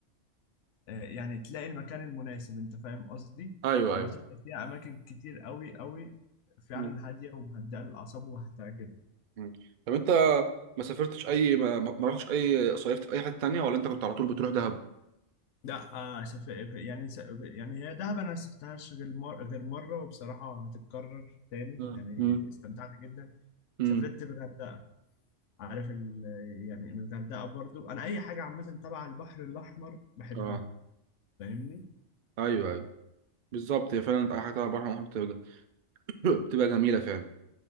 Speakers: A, on the left; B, on the right.
A: آه، يعني تلاقي المكان المناسب انت فاهم قصدي
B: ايوه
A: عامة
B: ايوه
A: فيها اماكن كتير قوي قوي فعلا
B: مم.
A: هادية ومهدئة للاعصاب وهتعجبك
B: مم. طب انت ما سافرتش اي ما ما- ما رحتش اي صيفت في اي حته تانية ولا انت كنت على طول بتروح دهب؟
A: لا آه سف- يعني س- يعني هي دهب انا ما سافرتهاش غير مر... غير مره وبصراحه هتتكرر تاني
B: مم.
A: يعني
B: مم.
A: استمتعت جدا
B: مم.
A: سافرت الغردقه عارف ال... يعني الغردقه برضو انا اي حاجه عامه تبع البحر الاحمر بحبها
B: اه
A: فاهمني
B: ايوه ايوه بالظبط هي فعلا اي حاجة على بحر محمد بتبقى <coughs> بتبقى جميلة فعلا